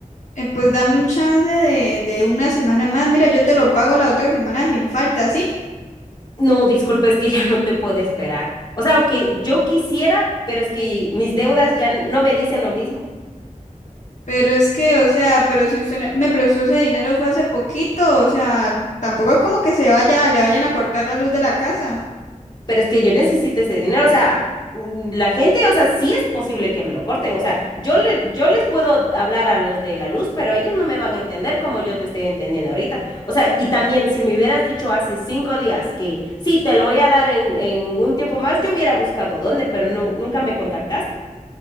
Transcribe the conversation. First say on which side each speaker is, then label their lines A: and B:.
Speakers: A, on the left; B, on the left.
A: eh, pues dame un chance de, de una semana más. Mira, yo te lo pago la otra semana sin falta, ¿sí?
B: No, disculpe, es que ya no te puedo esperar. O sea, aunque yo quisiera, pero es que mis deudas ya no me dicen lo mismo.
A: Pero es que, o sea, pero si usted no- me prestó ese dinero fue hace poquito, o sea, tampoco es como que se vaya, le vayan a cortar la luz de la casa.
B: pero es que yo necesito ese dinero, o sea, mm, la gente, o sea, sí es posible que me lo corten, o sea, yo, le, yo les puedo hablar a los de la luz, pero ellos no me van a entender como yo te estoy entendiendo ahorita, o sea, y también si me hubieras dicho hace cinco días que sí, te lo voy a dar en, en un tiempo más, yo hubiera buscado dónde, pero no, nunca me contactaste.